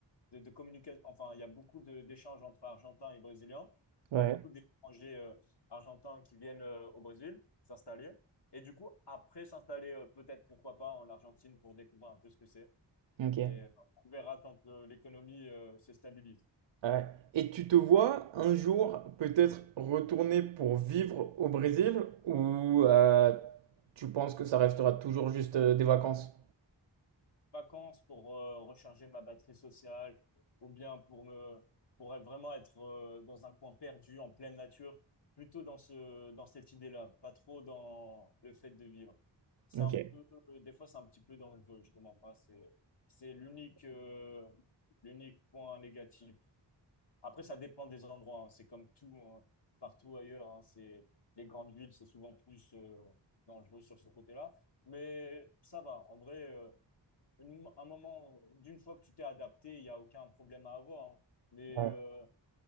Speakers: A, on the left; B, on the right.
A: de, de communication, enfin il y a beaucoup de- d'échanges entre Argentins et Brésiliens,
B: ouais,
A: enfin beaucoup d'étrangers euh, argentins qui viennent euh, au Brésil s'installer, et du coup après s'installer euh, peut-être pourquoi pas en Argentine pour découvrir un peu ce que c'est.
B: ok.
A: Mais euh, on verra quand euh, l'économie euh, se stabilise.
B: Ouais. Et tu te vois un jour peut-être retourner pour vivre au Brésil ou euh, tu penses que ça restera toujours juste euh, des vacances?
A: Vacances pour euh, recharger ma batterie sociale ou bien pour me pour être- vraiment être euh, dans un coin perdu en pleine nature, plutôt dans ce dans cette idée-là, pas trop dans le fait de vivre. C'est
B: Ok,
A: un peu euh, des fois c'est un petit peu dangereux, je te mens pas, c'est c'est l'unique euh, l'unique point négatif Après, ça dépend des endroits. hein. C'est comme tout, hein, partout ailleurs. hein. C'est les grandes villes, c'est souvent plus euh, dangereux sur ce côté-là. Mais ça va. En vrai, euh, une- un moment, d'une fois que tu t'es adapté, il n'y a aucun problème à avoir. hein. Mais
B: ouais,
A: euh,